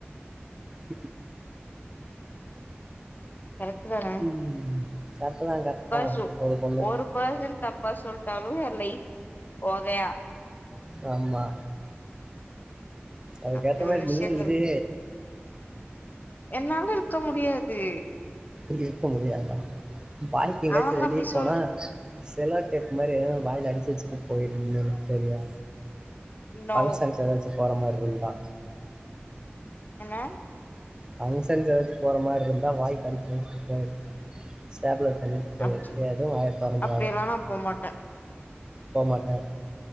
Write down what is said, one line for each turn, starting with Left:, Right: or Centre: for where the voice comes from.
Right: உ
Left: கரக்ட்டுதான
Right: ம் கரக்ட்டு தா கரக்ட்டு
Left: பசு
Right: தா ஒரே பொண்ணு
Left: ஒரு பர்சன் தப்பா சொல்ட்டாலு எ லைஃப் ஓகையா
Right: ஆமா அதுக்கேத்த
Left: அப்டி
Right: மாரி
Left: ஒரு விஷயங்கள்
Right: நீயு இரு
Left: இருக்கு என்னால இருக்க முடியாது
Right: இருக்க முடியாதா வாய்க் எங்காச்சு
Left: அவங்க
Right: வெளிய
Left: அப்டி சொல்
Right: போனா செலோ டேப் மாரி வாய்ல அடிச்சு வெச்சுட்டு போய்ரு நிம்மதியா செரியா
Left: நோ
Right: ஃபங்க்ஷன்க் எதாச்சு போற மார்ருந்தா
Left: என்ன
Right: ஃபங்க்ஷன்க் எதாச்சு போற மார்ருந்தா வாய்க் அடிச்சு வெச்சிட்டு போய்டு ஸ்டேப்லர் பின்னு போயி
Left: அப்டி
Right: எதுவு வாய தொறந்துறாத
Left: அப்டியெல்லா நா போமாட்டே
Right: போ மாட்ட